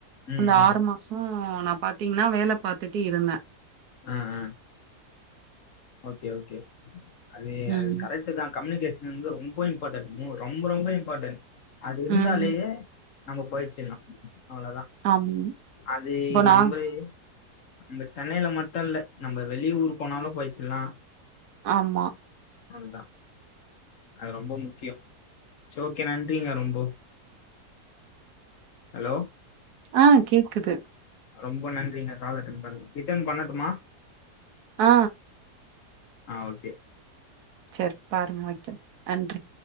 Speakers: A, on the left; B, on the right.
A: ம்
B: அந்த
A: ம்
B: ஆறு மா சோ நா பாத்தீங்கனா வேல பாத்துட்டு இருந்த
A: ஆ ஆ ஓகே ஓகே அதே அது
B: ம்.
A: கரெட் ட்டுதா கம்யூனிகேஷன் வந்து ரொம்ப இம்பார்ட்டன்‌ ரொம்ப ரொம்ப இம்பார்ட்டன் அது இருந்தாலே
B: ம்.
A: நம்ம பொழச்சில்லா அவ்ளதா
B: ஆமா.
A: அது
B: இப்போ
A: நம்பே
B: நான்
A: நம்ப சென்னைல மட்டு இல்ல நம்ப வெளிய ஊர் போனாலு பொழச்சில்லா
B: ஆமா
A: அதுதா அது ரொம்போ முக்கியோ சோ ஓகே நன்றிங்க ரொம்போ ஹலோ
B: ஆ கேக்குது
A: ரொம்ப நன்றிங்க கால் அட்டன் பண்ணதுக்கு ரிட்டன் பண்ணட்டுமா
B: ஆ
A: ஆ ஓகே
B: செர் பாருங்க வக்கிற நன்றி